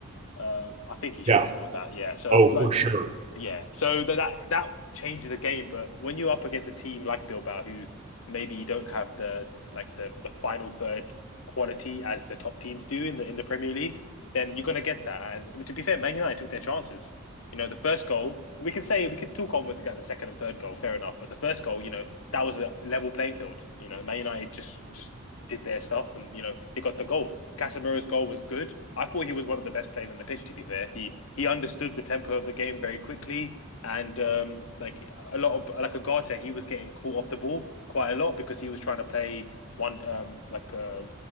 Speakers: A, on the left; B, on the right.
A: Um, I think he should
B: Yeah.
A: have scored that. Yeah. So
B: Oh, for
A: like
B: sure.
A: yeah, so that that, that changes the game. But when you're up against a team like Bilbao, who maybe don't have the like the the final third quality as the top teams do in the in the Premier League, then you're gonna get that. And I mean, to be fair, Man United took their chances. You know, the first goal we can say we can talk onwards about the second and third goal, fair enough. But the first goal, you know, that was a level playing field. You know, Man United just just did their stuff, and you know they got the goal. Casemiro's goal was good. I thought he was one of the best players on the pitch. To be fair, he he understood the tempo of the game very quickly. And um, like a lot of like Agate, he was getting caught off the ball quite a lot because he was trying to play one um like uh,